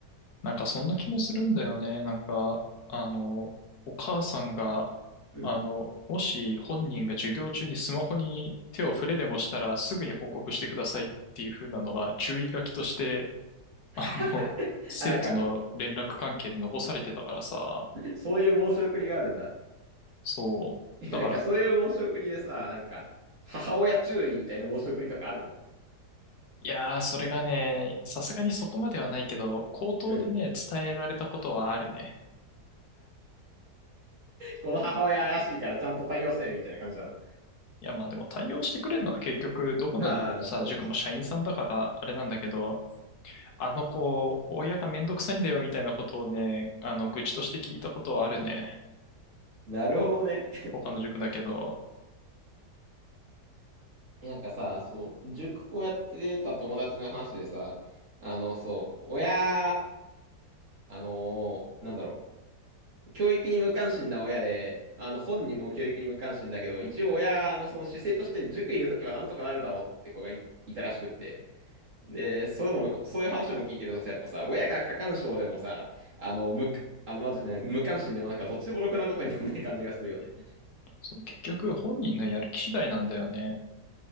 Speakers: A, on the left; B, on the right.
A: なんか、そんな気もするんだよね。なんか、あの、お母さんが、
B: うん。
A: あの、もし本人が授業中にスマホに手を触れでもしたらすぐに報告してくださいっていう風なのが注意書きとして <laughs>
B: <laughs>
A: あの、生徒の連絡関係で残されてたからさ、
B: あ、なんか、そういう申し送りがあるんだ。
A: そう、
B: え、
A: だから、
B: なんかそういう申し送りでさ、なんか、母親注意みたいな申し送りとかあるの
A: いやー、それがね、さすがにそこまではないけど、口頭でね、
B: うん。
A: 伝えられたことはあるね。
B: この母親怪しいからちゃんと対応せねみたいな感じなの。
A: いや、まあでも対応してくれるのは結局、どこのさ、
B: ああ、そうそう。
A: 塾も社員さんだから、あれなんだけど、あの子、親がめんどくさいんだよ、みたいなことをね、あの、愚痴として聞いたことはあるね。
B: なるほどね。
A: 他の塾だけど、
B: えなんかさ、そう、塾こうやってた友達の話でさ、あの、そう、親、あのーなんだろう、教育に無関心な親で、あの、本人も教育に無関心だけど、一応親のその姿勢として塾入れとけばなんとかなるだろうって子がい、いたらしくって。で、そういうの、そういう話も聞いてるとさ、やっぱさ、親が過干渉でもさ、あの、無、あの、マジで無関心でもなんかどっちでもろくなことにならない感じがするよね。
A: そう、結局、本人のやる気次第なんだよね。